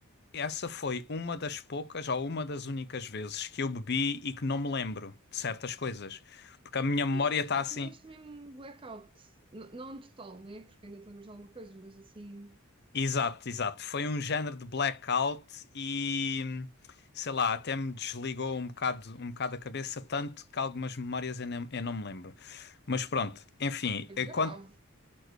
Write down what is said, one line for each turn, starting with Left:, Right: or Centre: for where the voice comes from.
Left: Essa foi uma das poucas ou uma das únicas vezes que eu bebi e que não me lembro de certas coisas. Porque a minha memória
Right: E
Left: está
Right: enfim,
Left: assim.
Right: tiveste mesmo blackout. N- não total, né? Porque ainda te lembras de alguma coisa, mas assim,
Left: Exato, exato. Foi um género de blackout e sei lá, até me desligou um bocado, um bocado a cabeça, tanto que algumas memórias eu não, eu não me lembro. Mas pronto, enfim,
Right: foi
Left: enquanto
Right: grave.